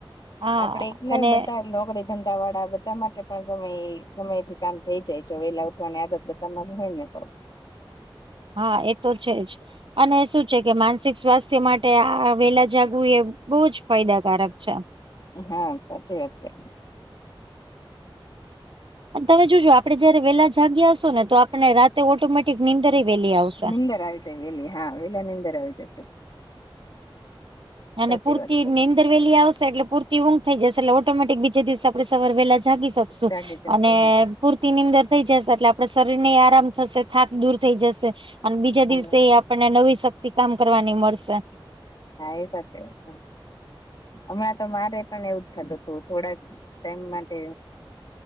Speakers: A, on the right; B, on the left.
A: હા
B: આપડે એક ને
A: અને
B: બધા નોકરી ધંધા વાળા બધા માટે પણ સમય સમય થી કામ થઈ જાય છે વેલા ઉઠવાની આદત હોય ને તો.
A: હા એ તો છે જ અને શું છે કે માનસિક સ્વાસ્થ્ય માટે આ વેલા જાગવું એ બહુ જ ફાયદાકારક છે.
B: હા સાચી વાત છે.
A: તમે જોજો આપડે જયારે વેલા જાગીશો ને તો આપણે રાતે ઓટોમેટિક નીંદર વેલી આવશે.
B: નીંદર આવી વેલી હા વેલા ની અંદર આવી જશે.
A: અને
B: સાચી
A: પૂર્તિ
B: વાત છે
A: નિ વેલી આવશે એટલેૂર ઊંઘ થઈ જશે એટ ઓટોમેટિક બીજ દિવસે આપણે સવાર વેલા જાગીસુ. શકું
B: જાગી જશો
A: અને
B: હા
A: ફૂર્તિ ની અંદર થઈ જશે એટલે આપડે શરીર ને આરામ થશે થાક દૂર થઈ જશે. અને બીજા
B: હા
A: દિવસે આપણને નવી શક્તિ કામ કરવાની મળશે.
B: હા એ સાચી વાત છે હમણાં તો મારે પણ એવું જ થતું હતું થોડાક ટાઈમ માટે